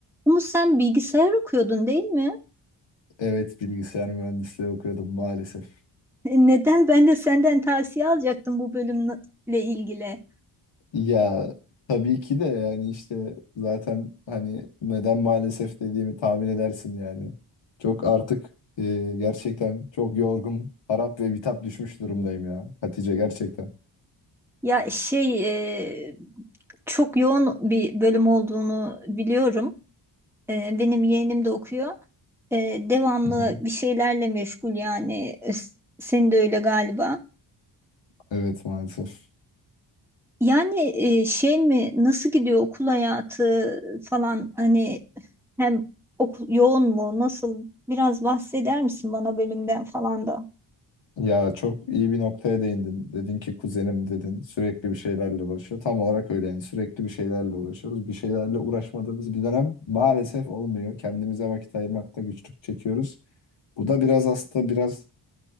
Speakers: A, in the centre; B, on the left.
A: Umut sen bilgisayar okuyordun değil mi?
B: Evet bilgisayar mühendisliği okuyordum maalesef.
A: E, Neden ben de senden tavsiye alacaktım bu bölümle ilgili?
B: Ya tabii ki de yani işte zaten hani neden maalesef dediğimi tahmin edersin yani. Çok artık e, gerçekten çok yorgun, harap ve bitap düşmüş durumdayım ya Hatice gerçekten.
A: Ya şey e, çok yoğun bir bölüm olduğunu biliyorum. E, benim yeğenim de okuyor. E, devamlı
B: Hı hı.
A: bir şeylerle meşgul yani. E, s- Senin de öyle galiba.
B: Evet maalesef.
A: Yani e, şey mi nasıl gidiyor okul hayatı falan hani hem okul yoğun mu nasıl biraz bahseder misin bana bölümden falan
B: Ya çok iyi bir noktaya değindin. Dedin ki kuzenim dedin sürekli bir şeylerle uğraşıyor. Tam olarak öyle yani sürekli bir şeylerle uğraşıyoruz. Bir şeylerle uğraşmadığımız bir dönem maalesef olmuyor. Kendimize vakit ayırmakta güçlük çekiyoruz. Bu da biraz aslında biraz